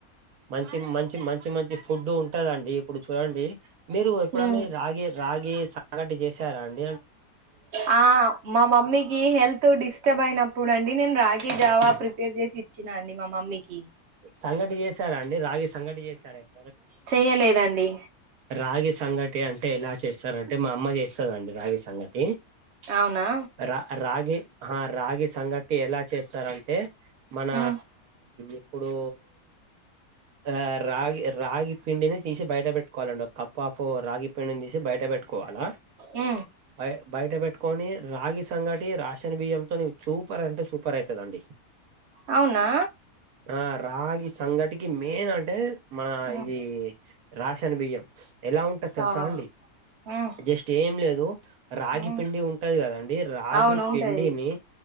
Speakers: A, on the right; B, on the right.
A: మంచి మంచి మంచి మంచి ఫుడ్ ఉ ఇప్పుడు చూడండి మీరు ఎప్పుడన్నా
B: ఉమ్
A: రాగి రాగి సంగటి చేసారాండి.
B: ఆ మా మమ్మీకి హెల్త్ డిస్టర్బ్ అయినప్పుడు అండి నేను రా జావా ప్రిపేర్ చేసి ఇచ్చినా అండి మా మమ్మీకి
A: సంగతి చేశారండి రాగి సంగటి చేశార ఎప్పు
B: చెయ్యలేదండి
A: రాగి సంగటి అంటే ఎలా చేస్తారంటే మా అమ్మ చేస్తదండి రాగి సంగటి.
B: అవునా
A: రా రాగి ఆ రాగి సంగటి ఎలా చేస్తారంటే. మన
B: ఉమ్
A: ఇప్పుడు ఆ రాగి రాగి పిండిని తీసి బయట పెట్టుకోవాలండి ఒక కప్ ఆఫ్ రాగి పిండిని తీసి బయట పెట్టుకోవాలా.
B: ఆ
A: బయ బయట పెట్టుకొని రాగి సంగటి రాషన్ బియ్యంతో సూపర్ అంటే సూపర్ అవుతుందిండి.
B: అవునా
A: ఆ రాగి సంగటికి మెయిన్ అంటే మన
B: ఉమ్
A: ఇది రాసన్ బియ్యం. ఎలా ఉంటది తెలుసా
B: ఆ
A: అండి
B: ఉమ్
A: జస్ట్ ఏం లేదు రాగి
B: ఉమ్
A: పిండి ఉంటది కదాండి రాగి
B: అవును ఉంటది
A: పిండిని